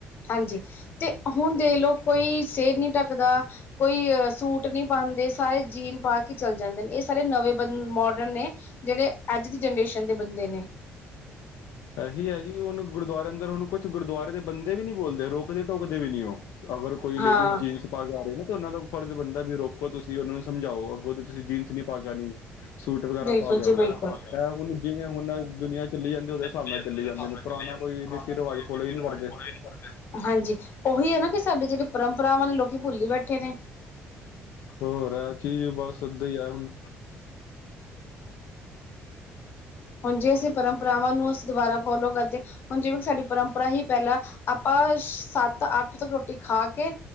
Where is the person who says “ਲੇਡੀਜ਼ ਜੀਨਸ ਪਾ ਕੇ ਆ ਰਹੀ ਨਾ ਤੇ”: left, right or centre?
Left